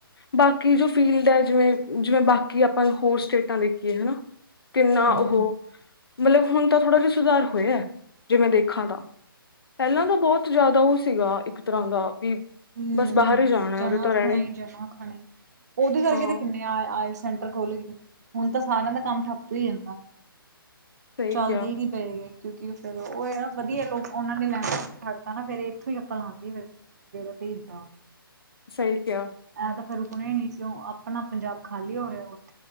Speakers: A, on the left; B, on the right.
A: ਬਾਕੀ ਜੋ ਫੀਲਡ ਹੈ। ਜਿਵੇਂ, ਜਿਵੇਂ ਬਾਕੀ ਆਪਾਂ ਹੋਰ ਸਟੇਟਾਂ ਦੇਖੀਏ ਹਨ ਕਿੰਨਾ
B: ਹੂੰ।
A: ਉਹ, ਮਤਲਬ ਹੁਣ ਤਾਂ ਥੋੜਾ ਜਿਹਾ ਸੁਧਾਰ ਹੋਇਆ, ਜੇ ਮੈਂ ਦੇਖਾਂ ਤਾਂ। ਪਹਿਲਾਂ ਤਾਂ ਬਹੁਤ ਜ਼ਿਆਦਾ ਉਹ ਸੀਗਾ, ਇੱਕ ਤਰ੍ਹਾਂ ਦਾ ਵੀ
B: ਹੂੰ,
A: ਬਸ ਬਾਹਰ ਹੀ ਜਾਣਾ
B: ਜਣਾ
A: ਉਰੇ ਤਾਂ ਰਹਿਣਾ
B: ਖਣਾ ਹੀ ਜਨਾ ਖਣਾ ਹੀ, ਉਹਦੇ ਵਰਗੇ
A: ਹਾਂ
B: ਤੇ ਕਿੰਨੇ ਆਇਲ ਸੈਂਟਰ ਖੁੱਲਗੇ, ਹੁਣ ਤਾਂ ਸਾਰਿਆਂ ਦਾ ਕੰਮ ਠੱਪ ਹੀ ਜਾਂਦਾ।
A: ਸਹੀ
B: ਚੱਲਦੇ
A: ਕਿਹਾ
B: ਹੀ ਪਏ ਗਏ ਕਿਉਂਕਿ ਫੇਰ ਉਹ ਆ ਵਧੀਆ ਲੋਕ, ਉਹਨਾਂ ਨੇ ਲੈਣਾ ਛੱਡਤਾ ਨਾ ਫੇਰ, ਇੱਥੋਂ ਹੀ ਅਕਲ ਲਾਉਂਦੀ ਫਿਰ। ਜਿਹੜਾ ਭੇਜਦਾ
A: ਸਹੀ, ਕਹਿਆ।
B: ਐਂ ਤਾਂ ਫੇਰ ਰੁਕਣਾ ਹੀ ਨਹੀਂ, ਕਿਓਂ ਆਪਣਾ ਪੰਜਾਬ ਖਾਲੀ ਹੋ ਰਿਹਾ ਹੈ।